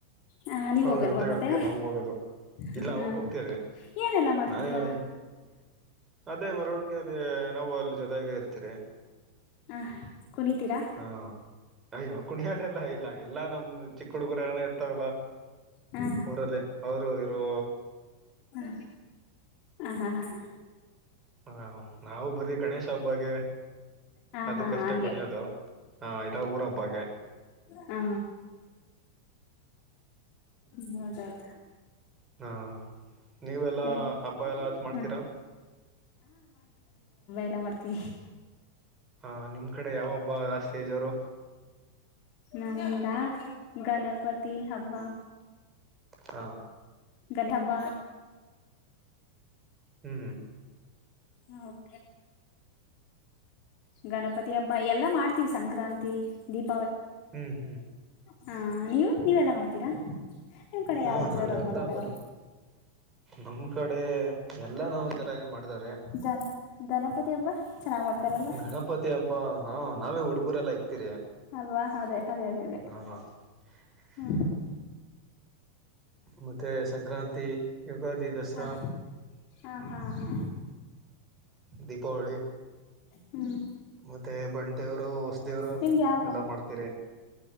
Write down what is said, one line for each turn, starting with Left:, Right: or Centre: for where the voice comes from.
Left: ಹಾ ನೀವ
Right: ಅವ್ರ
Left: ಹೋಗಲ್ವಾ
Right: ಜೊತೆಗೆ
Left: ಮತ್ತೆ
Right: ಹಂಗೆ ನಾವು ಹೋಗೋದು
Left: ಹ
Right: ಇಲ್ಲ
Left: ಹ್ಮ್
Right: ಅವಾಗ ಹೋಗ್ತೀರಿ
Left: ಏನೆಲ್ಲ ಮಾಡ್ತೀರಾ
Right: ನಾನೇನ ಅದೇ ಮೆರವಣಿಗೆ ಅಲ್ಲಿ ನಾವು ಅಲ್ಲಿ ಜೊತೆಗೆ ಇರ್ತೀರಿ
Left: ಹಹ ಕುಣಿತೀರಾ
Right: ಹಾ ಅಯ್ಯೋ ಕುಣಿಯದೆಲ್ಲ ಇಲ್ಲ ಎಲ್ಲಾ ನಮ್ದ ಚಿಕ್ಕ ಹುಡುಗರನ ಇರ್ತಾವಲ್ಲ
Left: ಹ
Right: ಊರಲ್ಲಿ ಅವರು ಇರೋ
Left: ಹ ಹ ಹಾ ಹಾ ಹ
Right: ಹಾ ನಾವವು ಬರೀ ಗಣೇಶ ಅವಬಾಗೆ
Left: ಹಾ
Right: ಅದಕ್ಕಷ್ಟೇ
Left: ಹಾ ಹಂಗೆ
Right: ಕುಣಿಯೋದು ಹಾ ಇದ ಊರ ಹಬ್ಬಾಗ
Left: ಹಾ ಹ ಹೌದೌದು
Right: ಹ್ಮ ನೀವೆಲ್ಲಾ
Left: ಮತ್ತೆ
Right: ಹಬ್ಬ ಎಲ್ಲ ಅ ಮಾಡ್ತೀರಾ
Left: ಹ ಎ ಮಾಡ್ತೀ
Right: ಹಾ ನಿಮ್ ಕಡೆ ಯಾವ ಹಬ್ಬ ಜಸ್ತಿಜರು
Left: ನಮಂದ ಗಣಪತಿ ಹಬ್ಬ
Right: ಹಾ
Left: ಗಣ ಹಬ್ಬ
Right: ಹ್ಮ್
Left: ಹ <inaudible> ಗಣಪತಿ ಹಬ್ಬ ಎಲ್ಲಾ ಮಾಡ್ತೀವಿ ಸಂಕ್ರಾಂತಿ ದೀಪ
Right: ಹ್ಮ್ ಹ್ಮ್
Left: ಹಾ ನೀವು ನೀವೆಲ್ಲ ಮಾಡ್ತೀರಾ ನಿಮ್ ಕಡೆ
Right: ಹಾ
Left: ಯಾವ್ದ್
Right: ನಾವೆಲ್ಲ
Left: ಜೋರಾಗಿ ಮಾಡ್ತಾರೆ
Right: ಹಬ್ಬನು ನಮ್ಮ ಕಡೆ ಎಲ್ಲ ನಾವು ಜೋರಾಗಿ ಮಾಡಿದಾರೆ
Left: ಗನ್ ಗಣಪತಿ ಹಬ್ಬ ಚೆನ್ನಾಗ್ ಮಾಡ್ತಾರಲ್ವಾ
Right: ಗಣಪತಿ ಹಬ್ಬ ಹಾ ನಾವೇ ಹುಡುಗುರೆಲ್ಲ ಇಕ್ತಿರಿ
Left: ಅಲ್ವಾ ಅದೇ ಅದೇ ಅದೇ ಅದೇ
Right: ಹಾ <inaudible>
Left: ಹ್ಮ್
Right: ಮತ್ತೆ ಸಂಕ್ರಾಂತಿ ಯುಗಾದಿ ದಸರಾ
Left: ಹ ಹಾ ಹಾ ಹಾ
Right: ದೀಪಾವಳಿ
Left: ಹ್ಮ್
Right: ಮತ್ತೆ ಬಂಡ ದೇವ್ರು ಹೊಸದೇವ್ರು
Left: ನಿಮ್ಗೆ ಯಾವ ಹಬ್ಬ
Right: ಎಲ್ಲ ಮಾಡ್ತೀರಿ